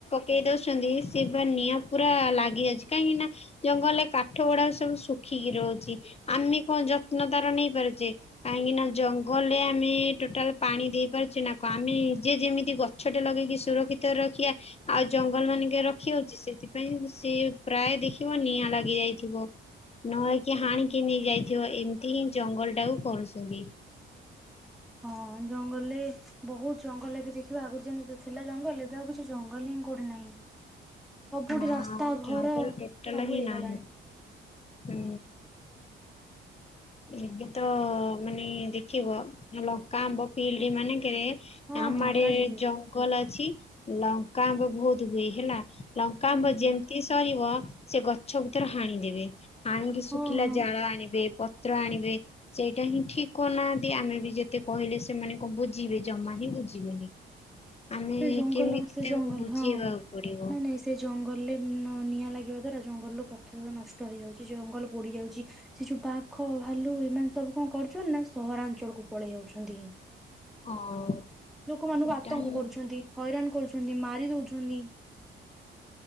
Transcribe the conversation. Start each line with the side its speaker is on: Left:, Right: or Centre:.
Left: କେହି ଦଉଛନ୍ତି ସେ ପା ନିଆଁ ପୁରା ଲାଗି ଯାଉଛି କାହିଁକି ନା ଜଙ୍ଗଲରେ କାଠ ଗୁଡା ସବୁ ଶୁଖିକି ରହୁଛି ଆମେ କଣ ଯତ୍ନ ତାର ନେଇ ପାରୁଛେ। କାହିଁକି ନା ଜଙ୍ଗଲରେ ଆମେ ଟୋଟାଲ ପାଣି ଦେଇ ପାରୁଛେ ନା କ ଆମେ ଯେ ଯେମିତି ଗଛଟେ ଲଗେଇକି ସୁରକ୍ଷିତ ରଖିବା ଆଉ ଜଙ୍ଗଲମାନଙ୍କେ ରଖି ହଉଛି ସେଥିପାଇଁ ସି ପ୍ରାୟ ଦେଖିବ ନିଆଁ ଲାଗି ଯାଇଥିବ। ନହେଲେକି ହାଣିକି ନେଇ ଯାଇଥିବ ଏମିତି ହିଁ ଜଙ୍ଗଲଟାକୁ କରୁଛନ୍ତି।
Centre: ହଁ ଜଙ୍ଗଲରେ ବହୁତ ଜଙ୍ଗଲ ଏବେ ଦେଖିବା ଆଗରୁ ଯେମତି ଥିଲା ଜଙ୍ଗଲ ଏବେ ଆଉ କିଛି ଜଙ୍ଗଲ ହିଁ କୋଉଠେ ନାହିଁ। ସବୁଠି
Left: ନା
Centre: ରାସ୍ତା
Left: ଜଙ୍ଗଲ
Centre: ଘର
Left: ଟୋଟାଲ
Centre: ସବୁ
Left: ହିଁ
Centre: ହେଇଗଲାଣି।
Left: ନାହିଁ ହୁଁ। ଏବେ ତ ମାନେ ଦେଖିବ ଲଙ୍କା ଆମ୍ବ ଫିଲ୍ଡମାନେଙ୍କେରେ
Centre: ହଁ
Left: ଆମ
Centre: ହଁ
Left: ଆଡେ
Centre: କାଜୁବି
Left: ଜଙ୍ଗଲ ଅଛି ଲଙ୍କା ଆମ୍ୱ ବହୁତ ହୁଏ ହେଲା। ଲଙ୍କା
Centre: ହୁଁ
Left: ଆମ୍ବ ଯେମିତି ସରିବ ସେ ଗଛ ବୁତର ହାଣିଦେବେ। ହାଣିିକି ଶୁଖିଲା
Centre: ହଁ ହଁ
Left: ଜାଳ ଆଣିବେ ପତ୍ର ଆଣିବେ। ସେଇଟା ହିଁ ଠିକ କହୁନାହାନ୍ତି ଆମେ ବି ଯେତେ କହିଲେ ସେମାନେ କଣ ବୁଝିବେ ଜମା ହିଁ ବୁଝିବେନି। ଆମେ
Centre: ସେ ଜଙ୍ଗଲ
Left: କେମିତି
Centre: ସେ
Left: ତାଙ୍କୁ
Centre: ଜଙ୍ଗଲ
Left: ବୁଝେଇବାକୁ
Centre: ହଁ
Left: ପଡିବ
Centre: ନାଇଁ ନାଇଁ ସେ ଜଙ୍ଗଲରେ ନ ନିଆଁ ଲାଗିବା ଦ୍ୱାରା ଜଙ୍ଗଲରୁ ପଥ ନଷ୍ଟ ହୋଇଇଯାଉଛି ଜଙ୍ଗଲ ପୋଡ଼ିଯାଉଛି ସେ ଯୋଉ ବାଘ ଭାଲୁ ଏମାନେ ସବୁ କଣ କରୁଛନ୍ତି ନା ସହରାଞ୍ଚଳ କୁ ପଳେଇ ଆଉଛନ୍ତି।
Left: ହଁ।
Centre: ଲୋକମାନଙ୍କୁ
Left: ସେଟା
Centre: ଆତଙ୍କ
Left: ହିଁ
Centre: କରୁଛନ୍ତି ହଇରାଣ କରୁଛନ୍ତି ମାରି ଦଉଛନ୍ତି।